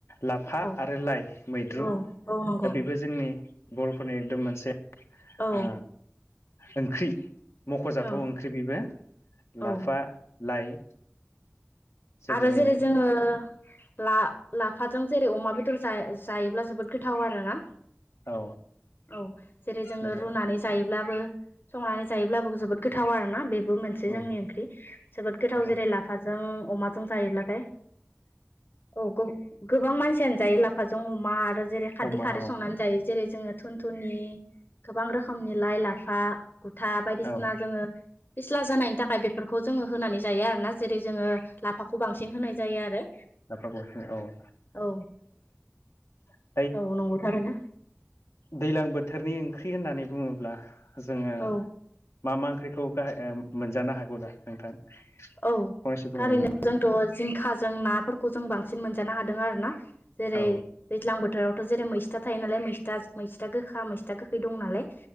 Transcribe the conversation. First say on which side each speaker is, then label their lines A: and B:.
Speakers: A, on the left (about 80°); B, on the left (about 50°).
A: लाफा
B: औ
A: आरो लाइ मैद्रु
B: औ औ नंगौ
A: दा बेबो जोंनि बर'फोरनि एकदुम मोनसे
B: औ
A: आ ओंख्रि मख'जाथाव
B: औ
A: ओंख्रि बेबो लाफा
B: औ
A: लाइ जोबोरैनो
B: आरो जेरै जोङो ला लाफाजों जेरै अमा बेदर जाय-जायोब्ला जोबोद गोथाव आरो ना।
A: औ
B: औ जेरै जोङो
A: दे
B: रुनानै जायोब्लाबो संनानै जायोब्लाबो जोबोद गोथाव आरोना बेबो मोनसे
A: उम
B: जोंनि ओंख्रि जोबोद गोथाव
A: औ
B: जेरै लाफा जों अमाजों जायोब्लाथाय औ गु गोबां मानसियानो जायो लाफाजों अमा आरो जेरै खारदै
A: अमा
B: खारै
A: औ
B: संनानै जायो जेरै जोङो थुन थुनुनि गोबां रोखोमनि लाइ लाफा था बायदिसिना
A: औ
B: जोङो फिस्ला जानायनि थाखाय बेफोरखौ जोङो होनानै जायो आरोना जेरै जोङो लाफाखौ बांसिन होनाय जायो आरो।
A: लाफा ग'से औ
B: औ
A: <inaudible>
B: औ नंगौ थ'आरोना।
A: दैलां बोथोरनि ओंख्रि होननानै बुङोब्ला जोङो
B: औ
A: मा मा ओंख्रिखौ गाहाय मोनजानो हागौ दा नोंथां?
B: औ
A: फंनैसो बुंगोन
B: खारैनो
A: नामा
B: जोंथ' जिंखाजों नाफोरखौ जों बांसिन मोनजानो हादों आरो ना। जेरै
A: औ
B: दैज्लां बो थोरावथ' जेरै मैस्था थायो नालाय मैस्था मैस्था गोखा मैस्था गोखै दं नालाय